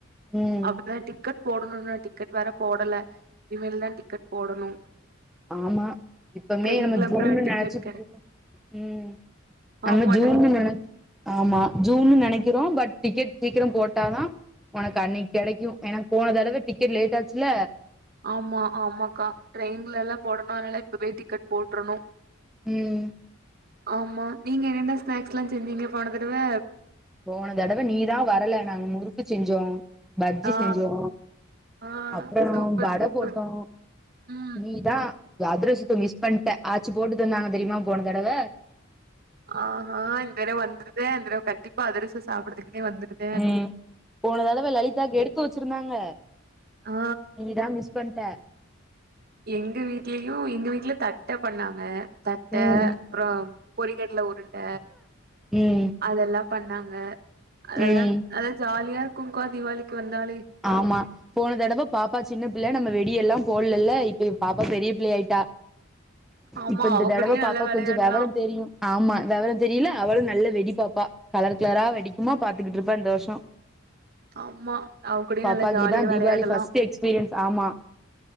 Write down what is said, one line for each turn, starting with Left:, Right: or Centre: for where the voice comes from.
Centre: ம்
Right: அப்பதா டிக்கெட் போடணுனு டிக்கெட் வேற போடல இனிமேல் தா டிக்கெட் போடணு
Centre: ஆமா இப்ப
Right: ட்ரெயின்ல
Centre: மே நம்ம
Right: அப்றோ
Centre: ஜூன்னு
Right: டிக்கெட்
Centre: நெனச்சிட்
Right: கெடை
Centre: ம் நம்ம
Right: ஆமா
Centre: ஜூன்
Right: ட்ரெயின்
Centre: நெனச் ஆமா ஜூன்னு நெனைக்கிறோ பட் டிக்கெட் சீக்கிர போட்டாதா உனக்கு அன்னைக் கெடைக்கு எனக்கு போன தடவ டிக்கெட் லேட் ஆச்சுல
Right: ஆமா ஆமாக்கா ட்ரெயின்லலா போடணுன்னாலே இப்பவே டிக்கெட் போட்றுணு
Centre: ம்
Right: ஆமா நீங்க என்னென்ன ஸ்நாக்ஸ்லா செஞ்சீங்க போன தடவ
Centre: போன தடவ நீதா வரல நாங்க முறுக்கு செஞ்சோ பஜ்ஜி
Right: ஆ
Centre: செஞ்சோ
Right: ஆ
Centre: அப்றோ
Right: சூப்பர்
Centre: வட
Right: சூப்பர்
Centre: போட்டோ
Right: ம்
Centre: நீதா எ அதுரசத்த மிஸ் பண்ட்ட ஆச்சு போட்டு தந்தாங்க தெரியுமா போன தடவ
Right: ஆன் ஆன் இந்த தறவ வந்துருவே இந்தடவ கண்டிப்பா அதுரச சாப்ட்றதுகுனே வந்துருப்பே
Centre: ம் போன தடவ லலிதாவுக்கு எடுத்து வச்சிருந்தாங்க
Right: ஆ
Centre: நீதா மிஸ் பண்ட்ட
Right: எங்க வீட்லயு எங்க வீட்ல தட்ட பண்ணாங்க தட்ட
Centre: ம்
Right: அப்றோ பொரிகட்ல உருண்ட
Centre: ம்
Right: அதெல்லா பண்ணாங்க அதெல்லா
Centre: ம்
Right: அத ஜாலியா இருக்கு கா தீவாளிக்கு வந்தாலே
Centre: ஆமா போன தடவ பாப்பா சின்ன புள்ள நம்ம வெடியெல்லா போட்லல்ல இப்ப பாப்பா பெரிய புள்ள ஆயிட்டா
Right: ஆமா
Centre: இப்ப இந்த
Right: அவ
Centre: தடவ
Right: கூடயே நல்லா
Centre: பாப்பா
Right: வெளையாடலா
Centre: கொஞ்சோ வெவர தெரியு ஆமா விவரோ தெரியுல அவளு நல்ல வெடி பாப்பா கலர் கலரா வெடிக்குமா பாத்துக்கிட்டு இருப்பா இந்த வருஷ்ஷோ
Right: ஆமா அவுங் கூடயு
Centre: பாப்பாக்கு
Right: நல்லா ஜாலியா
Centre: இதா
Right: விளையாடலா
Centre: தீபாவளி ஃபர்ஸ்ட் எக்ஸ்பீரியன்ஸ் ஆமா